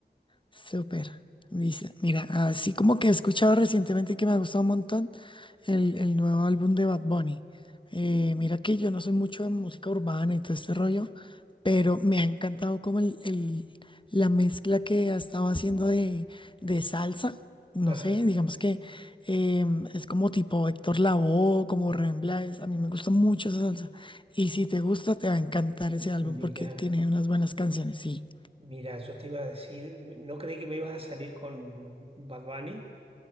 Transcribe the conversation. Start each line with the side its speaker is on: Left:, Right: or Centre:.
Left: Súper. Dice, mira, así como que he escuchado recientemente que me ha gustado un montón el, el nuevo álbum de Bad Bunny. Eh, mira que yo no soy mucho de música urbana y todo este rollo, pero me ha encantado como el, el- la mezcla que ha estado haciendo de, de salsa. No
Right: Ajá.
Left: sé, digamos que em, es como tipo Héctor Lavoe, como Rubén Blades. A mí me gusta mucho esa salsa. Y si te gusta, te va a encantar ese álbum
Right: Mira,
Left: porque tiene unas buenas canciones, sí.
Right: mira, yo te iba a decir, no creí que me ibas a salir con Bad Bunny.